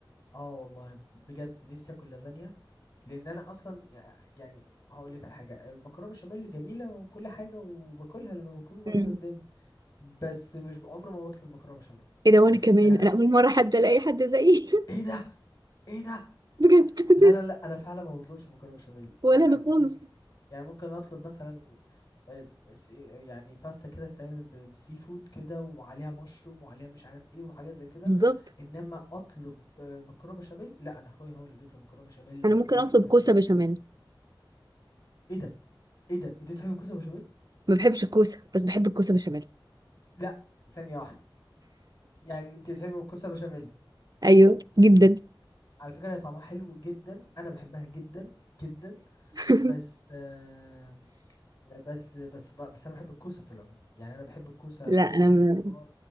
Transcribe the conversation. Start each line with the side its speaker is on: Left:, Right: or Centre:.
Left: اه والله بجد نفسي اكل لازانيا لان انا اصلا يع- يعني هقول لك على حاجه المكرونه بشاميل جميله وكل حاجه وباكلها لما بتكون موجوده
Right: مم.
Left: قدامي بس مش عمري ما بطلب مكرونه بشاميل
Right: ايه ده وانا
Left: بس
Right: كمان
Left: انا
Right: انا اول مرة حد الاقي حد زيي
Left: <laughs> ايه ده ايه ده
Right: <laughs> بجد
Left: لا لا لا انا فعلا ما بطلبش مكرونه بشاميل
Right: ولا
Left: انا
Right: انا
Left: ممكن
Right: خالص
Left: يعني ممكن اطلب مثلا آه، س- يعني باستا كده تتعمل ب- بالسي فود كده وعليها مشروم وعليها مش عارف ايه وحاجات زي كده
Right: بالظبط
Left: انما اطلب آه، مكرونه بشاميل لا انا اخويا هو اللي بيطلب مكرونه بشاميل
Right: انا ممكن
Left: جدا
Right: اطلب كوسه
Left: جدا
Right: بشاميل
Left: ايه ده ايه ده انت بتحب الكوسه بشاميل
Right: ما بحبش الكوسه بس بحب الكوسه بشاميل
Left: لا ثانية واحدة يعني انت بتحبي الكوسة بشاميل
Right: ايوه جدا
Left: على فكرة هي طعمها حلو جدا انا بحبها جدا جدا
Right: <laughs>
Left: بس آم، بس بس ب- بس انا بحب الكوسة في العموم يعني انا بحب الكوسة
Right: لا
Left: في شوربة
Right: انا م-
Left: الخضار